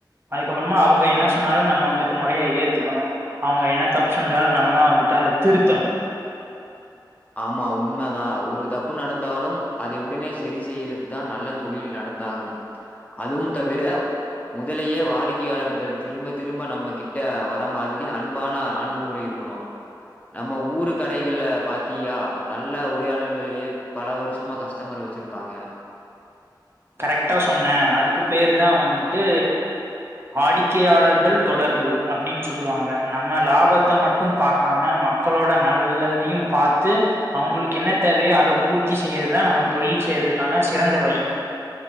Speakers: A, on the right; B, on the left.
A: அதுக்கப்பறமா அவுங்க என்ன சொன்னாலு நம்ம வந்துட்டு மொறையா ஏத்துக்கணு அவுங்க என்ன தப்பு செஞ்சாலு நம்மதா வந்துட்டு அத திருத்தணு
B: ஆமா உண்மதா ஒரு தப்பு நடந்தாலும் அதை உடனே செரி செய்றது தா நல்ல தொழில் நடத்தாகும் அதுவும் தவிர முதலயே வாடிக்கையாளர்கள் திரும்ப திரும்ப நம்ம கிட்ட வர மாதிரி அன்பான அணுகுமுறை இருக்கணு நம்ம ஊரு கடைகள்ல பாத் த்தியா நல்ல உரையாடல்களையே பல வருஷமா கஸ்டமர் வச்சிருப்பாங்க
A: கரெக்ட்டா சொன்ன அதுக்கு பேரு தா வந்துட்டு வாடிக்கையாளர்கள் தொடர்பு அப்டின் சொல்லுவாங்க நம்ம லாபத்த மட்டும் பாக்காம மக்களோட நல்லதையு பாத்து அவுங்களுக்கு என்ன தேவையோ அத பூர்த்தி செய்யறதா நம்ம தொழில் செய்றதுக்கான சிறந்த வழி